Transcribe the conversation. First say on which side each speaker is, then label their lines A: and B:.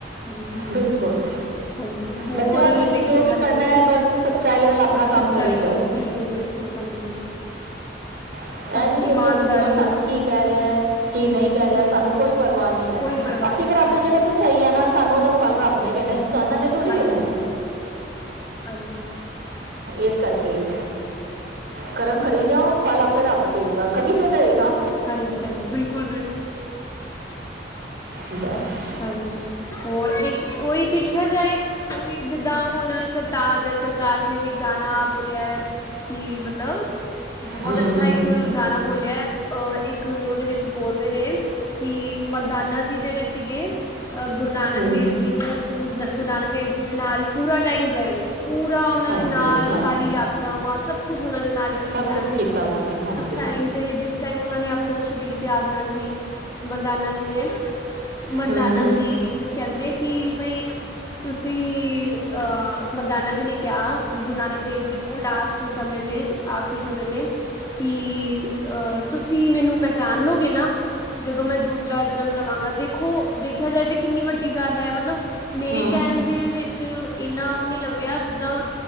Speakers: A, on the left; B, on the right.
A: ਹਾਂਜੀ,
B: ਬਿਲਕੁਲ
A: ਹਾਂਜੀ, ਹੋਰ,
B: ਬਸ ਇਹ ਵੇ ਕਿ
A: ਦੇ--ਹਾਂਜੀ।
B: ਜੋ ਵੀ ਕਰਨਾ ਹੈ ਬਸ ਸੱਚਾਈ ਨਾਲ ਆਪਣਾ ਕੰਮ
A: ਸੱਚਾਈ
B: ਕਰੀ ਜਾਓ
A: ਨਾਲ, ਬਿਲਕੁਲ-ਬਿਲਕੁਲ, ਹਾਂਜੀ।
B: ਇਹ
A: ਸਭ
B: ਨਹੀਂ ਦੇਖੋ
A: ਈਮਾਨਦਾਰ
B: ਕਿ ਕੌਣ ਸਾਨੂੰ ਕੀ ਕਹਿ ਰਿਹਾ, ਕੀ ਨਹੀਂ ਕਹਿ ਰਿਹਾ,
A: ਬਿਲਕੁਲ
B: ਸਾਨੂੰ ਕੋਈ ਪਰਵਾਹ ਨਹੀਂ ਹੈ।
A: ਕੋਈ ਪਰਵਾਹ
B: ਅਸੀਂ
A: ਨਹੀਂ
B: ਅਗਰ
A: ਹੈ
B: ਆਪਣੀ
A: ਹਾਂਜੀ
B: ਜਗ੍ਹਾ ਤੇ ਸਹੀ ਹੈ ਨਾ ਸਾਨੂੰ ਉਹਦਾ ਫਲ ਰੱਬ ਨੇ ਦੇਣਾ, ਇਨਸਾਨਾਂ ਨੇ ਥੋੜੀ
A: ਹਾਂਜੀ।
B: ਦੇਣਾ
A: ਹਾਂਜੀ
B: ਇਸ ਕਰਕੇ। ਕਰਮ ਕਰੀ ਜਾਓ, ਫਲ ਆਪੇ ਰੱਬ ਦਇਗਾ, ਕਦੀ ਤੇ ਦਇਗਾ।
A: ਹਾਂਜੀ-ਹਾਂਜੀ, ਬਿਲਕੁਲ-ਬਿਲਕੁਲ।
B: ਬਸ
A: ਹਾਂਜੀ। ਹੋਰ, ਇਸ, ਉਹੀ ਦੇਖਿਆ ਜਾਏ ਉਹੀ, ਜਿੱਦਾਂ ਹੁਣ ਸਰਤਾਜ ਐ, ਸਰਤਾਜ ਨੇ ਵੀ ਗਾਣਾ ਬੋਲਿਆ ਏ। ਕਿ ਮਤਲਬ, ਬਹੁਤ
B: ਹੂੰ
A: ਅੱਛਾ
B: ਹੂੰ
A: ਇੱਕ ਗਾਣਾ ਬੋਲਿਆ ਏ ਅ, ਇੱਕ ਉਹਦੇ ਵਿੱਚ ਬੋਲਦੇ ਨੇ, ਕਿ ਮਰਦਾਨਾ ਜੀ ਜਿਹੜੇ ਸੀਗੇ ਅ ਗੁਰੂ ਨਾਨਕ
B: ਹੂੰ
A: ਦੇਵ ਜੀ ਨੂੰ, ਗ ਗੁਰੂ ਨਾਨਕ ਦੇਵ ਜੀ ਦੇ ਨਾਲ ਪੂਰਾ ਟਾਈਮ ਰਹੇ ਨੇ। ਪੂਰਾ ਓਹਨਾਂ
B: ਹਾਂਜੀ
A: ਦੇ ਨਾਲ
B: ਹਾਂ
A: ਸਾਰੀ ਯਾਤਰਾਵਾਂ ਸਭ ਕੁਛ ਉਹਨਾਂ ਦੇ ਨਾਲ ਕੀਤੀਆਂ।
B: ਸਭ ਕੁਛ ਕੀਤਾ ਉਹਨਾਂ ਨੇ, ਹਾਂਜੀ।
A: ਟਾਇਮ ਤੇ, ਜਿਸ ਟਾਈਮ ਉਹਨਾਂ ਨੇ ਆਪਣਾ ਸਰੀਰ ਤਿਆਗਨਾ ਸੀ, ਮਰਦਾਨਾ ਜੀ ਨੇ ਮਰਦਾਨਾ
B: ਹੂੰ ਹੂੰ
A: ਜੀ, ਕਹਿੰਦੇ ਕਿ ਬਈ ਤੁਸੀ, ਅਹ ਮਰਦਾਨਾ ਜੀ ਨੇ ਕਿਹਾ ਗੁਰੂ ਨਾਨਕ ਦੇਵ ਜੀ ਨੂੰ ਲਾਸਟ ਸਮੇਂ ਤੇ ਆਖਰੀ ਸਮੇਂ ਤੇ, ਕਿ--ਅ, ਤੁਸੀਂ ਮੈਨੂੰ ਪਹਿਚਾਣ ਲੋਗੇ ਨਾ। ਜਦੋਂ ਮੈਂ ਦੂਸਰਾ ਜਨਮ ਲਵਾਂਗਾ ਤੇ ਦੇਖੋ, ਦੇਖਿਆ ਜਾਏ ਤਾਂ ਕਿੰਨੀ ਵੱਡੀ ਗੱਲ ਐ ਮਤਲਬ, ਮੇਰੇ
B: ਹੂੰ
A: ਕਹਿਣ ਦੇ ਵਿੱਚ ਤੇ, ਇੰਨਾ ਉਹ ਨਹੀਂ ਲੱਗ ਰਿਹਾ, ਜਿੱਦਾਂ